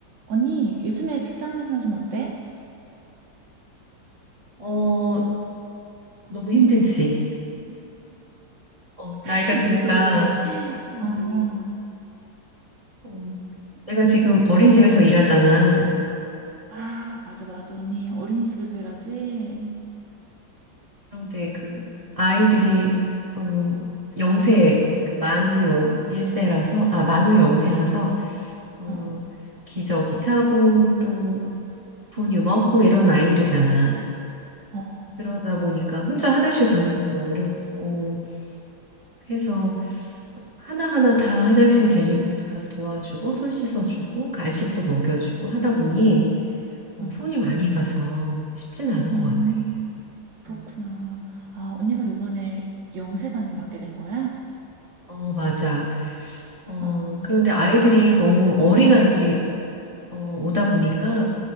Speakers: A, on the right (about 60°); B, on the right (about 30°).
A: 언니, 요즘에 직장 생활 좀 어때?
B: 어, 너무 힘들지. 어,
A: <laughs>
B: 나이가 드니까,
A: 그래서 그렇게,
B: 음,
A: 어,
B: 어, 내가 지금 어린이집에서 일하잖아.
A: 아, 맞아, 맞아. 언니, 어린이집에서 일하지?
B: 그런데 그 아이들이, 어, 영세, 그 만으로 영, 일세라서, 아, 만으로 영세라서, 어,
A: 어, 어,
B: 기저귀 차고 또 분유 먹고 이런 아이들이잖아.
A: 어, 어,
B: 그러다 보니까 혼자 화장실 가는 것도 어렵고 해서 하나하나 다 화장실 데리고 가서 도와주고 손 씻어주고 간식도 먹여주고 하다 보니 어,
A: 음,
B: 손이 많이 가서 쉽진 않은
A: 음,
B: 것 같아.
A: 그렇구나.
B: 음.
A: 아, 언니가 요번에 영세반을 맡게 된 거야?
B: 어, 맞아. 어,
A: 아,
B: 그런데 아이들이 너무 어린 아이들이 어, 오다 보니까